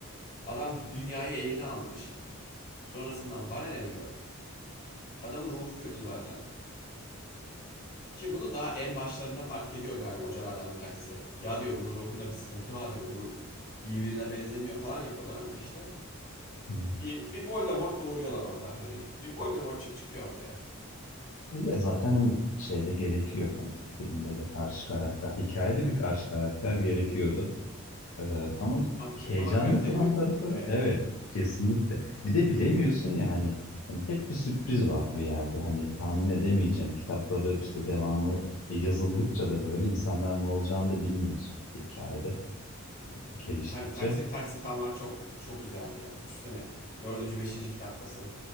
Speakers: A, on the left; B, on the left.
A: Adam dünyayı eline almış. Sonrasından bana ne diyor? Adamın ruhu kötü zaten. Ki bunu daha en başlarında fark ediyor galiba hocalardan bir tanesi. Ya diyor bunun ruhunda bir sıkıntı var diyor. Bu iyi birine benzemiyor falan yapıyorlar ama işte
B: Hmm.
A: bir, bir Voldemort doğuruyorlar orada. Hani bir Voldemortçuk çıkıyor ortaya.
B: E Ya zaten hani şeyde gerekiyor. Hani filmde de karşı karakter, hikayede bir karşı karakter gerekiyordu. Ee, ama
A: Ama,
B: heyecanlı
A: ama kaliteli
B: kılan
A: bir
B: tarafı
A: yani
B: evet kesinlikle. Bir de bilemiyorsun ya hani, hani hep bir sürpriz var bir yerde. Hani tahmin edemeyeceğin kitapları işte devamı e, yazıldıkça da böyle insanlar ne olacağını da bilmiyorsun hikayede geliştikçe.
A: harbi taksit taksit almak çok çok güzeldi ya. Düşünsene dördüncü, beşinci kitaptasın.